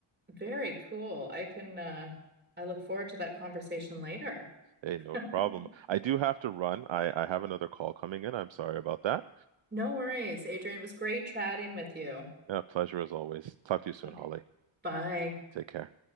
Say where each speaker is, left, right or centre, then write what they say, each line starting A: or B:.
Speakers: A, on the right (about 20°); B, on the right (about 65°).
A: Very cool. I can uh I look forward to that conversation later.
B: Hey, no
A: <laughs>
B: problem. I do have to run. I, I have another call coming in. I'm sorry about that.
A: No worries, Adrian. It was great chatting with you.
B: Yeah, pleasure as always. Talk to you soon,
A: Okay.
B: Holly.
A: Bye.
B: Take care.